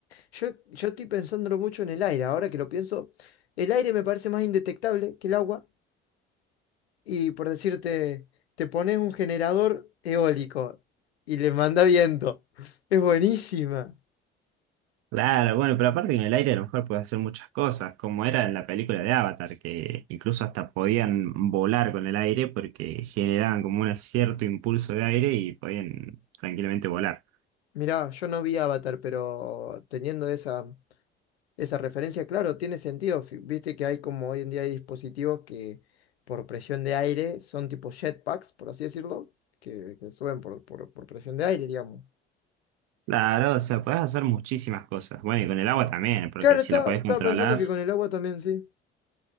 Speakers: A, on the left (about 80°); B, on the right (about 50°).
A: Yo, yo estoy pensándolo mucho en el aire, ahora que lo pienso, el aire me parece más indetectable que el agua y por decirte, te pones un generador eólico y le manda viento. Es buenísima.
B: Claro, bueno, pero aparte que en el aire a lo mejor puede hacer muchas cosas, como era en la película de Avatar, que incluso hasta podían volar con el aire porque generaban como un cierto impulso de aire y podían tranquilamente volar.
A: Mirá, yo no vi Avatar, pero teniendo esa, esa referencia, claro, tiene sentido. Fi- Viste que hay como hoy en día hay dispositivos que por presión de aire son tipo jetpacks, por así decirlo, que, que suben por, por, por presión de aire, digamos.
B: Claro, o sea, podés hacer muchísimas cosas. Bueno, y con el agua también, porque
A: Claro,
B: si
A: estaba
B: la podés
A: estaba
B: controlar,
A: pensando que con el agua también sí.